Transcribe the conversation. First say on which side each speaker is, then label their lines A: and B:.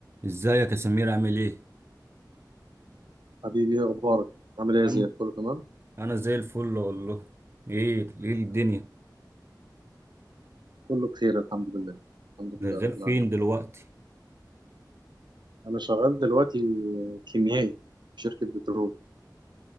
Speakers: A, on the right; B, on the right.
A: ازيك يا سمير عامل ايه
B: حبيبي إيه اخبارك عامل ايه يا
A: انا
B: زياد كله تمام
A: انا زي الفل والله ايه ايه الدنيا
B: كله بخير الحمد لله الحمد
A: شغال
B: لله رب العالمين
A: فين دلوقتي
B: انا شغال دلوقتي كيميائي في شركه بترول